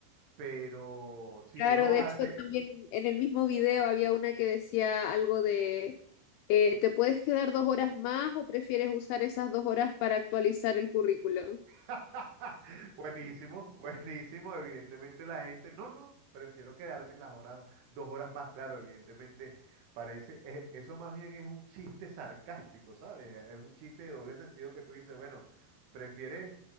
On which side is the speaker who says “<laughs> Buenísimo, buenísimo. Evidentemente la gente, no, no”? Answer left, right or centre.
Right